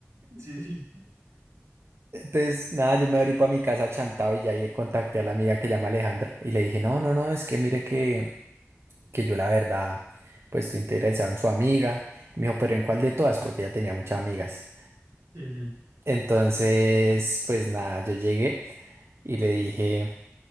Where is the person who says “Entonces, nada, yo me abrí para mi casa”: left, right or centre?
Right